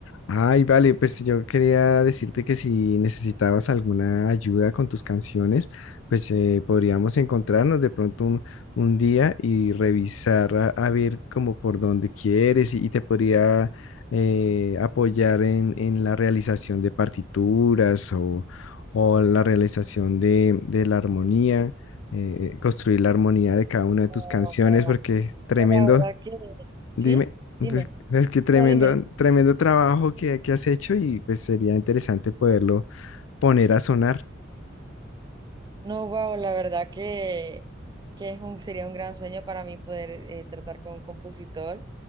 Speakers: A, on the left (about 75°); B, on the right (about 20°).
A: Ay, vale, pues yo quería decirte que si necesitabas alguna ayuda con tus canciones, pues eh, podríamos encontrarnos de pronto un, un día y revisar a, a ver como por dónde quieres y, y te podría eh, apoyar en, en la realización de partituras o, o la realización de, de la armonía, eh, construir la armonía de cada una de tus
B: Ah,
A: canciones,
B: ah,
A: porque
B: ah.
A: tremendo.
B: La verdad que, ¿sí?
A: Dime,
B: Dime,
A: pues, es que tremendo,
B: no, dime.
A: tremendo trabajo que, que has hecho y pues sería interesante poderlo poner a sonar.
B: No, wow, la verdad que, que es un, sería un gran sueño para mí poder eh, tratar con un compositor